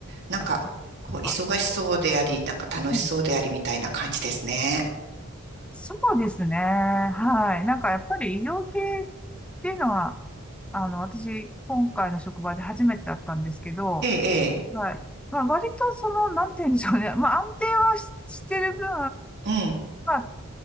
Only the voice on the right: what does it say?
なんか、
こう、忙しそうであり、なんか楽しそうでありみたいな感じですね。
ええ、ええ。
うん。